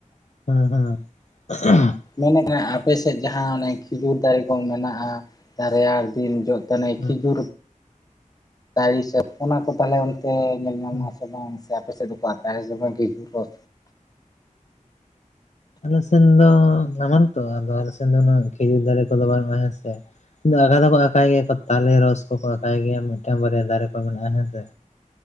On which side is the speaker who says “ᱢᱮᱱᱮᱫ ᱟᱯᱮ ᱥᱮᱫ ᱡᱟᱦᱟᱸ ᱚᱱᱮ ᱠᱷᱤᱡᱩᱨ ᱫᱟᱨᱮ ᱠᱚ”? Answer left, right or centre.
Left